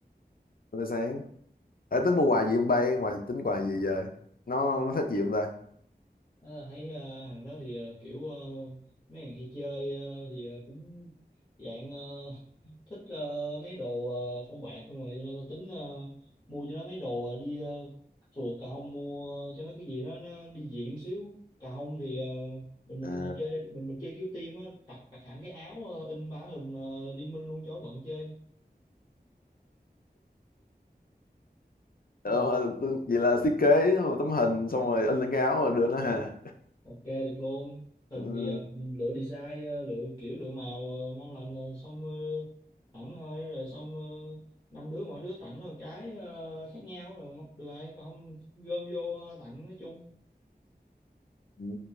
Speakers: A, on the left; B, on the left.
A: hôm nay sáng Ê, tính mua quà gì không bay ngoài tính quà gì giờ nó nó thích gì không ta
B: đó là thấy ờ, hàng đó thì ờ, kiểu ờ, mấy hàng hay chơi ờ, thì ờ, cũng dạng ờ, <laughs> thích ờ, mấy đồ ờ, phong bạc không rồi cho nên tôi tính ờ, mua cho nó mấy đồ ờ, đi ờ, phượt cà hông mua cho nó cái gì đó nó đi diện xíu cà hông thì ờ, mình mình
A: à,
B: ờ, chơi mình mình chơi kiểu team á đặt đặt hẳn cái áo ờ, in bá hình ờ, liên minh luôn cho bận chơi
A: ờ,
B: Ừ.
A: ờ, tính- vậy là thiết kế một tấm hình xong rồi in lên cái áo rồi đưa nó ha
B: ok được luôn hình
A: ừ,
B: thì ờ, lựa design ờ, lựa kiểu lựa màu ờ, ngon lành rồi xong ờ, tặng thôi rồi xong ờ, năm đứa mỗi đứa tặng nó một cái ờ, khác nhau rồi ngon- được rồi còn không gom vô ờ, tặng nói chung
A: ừ,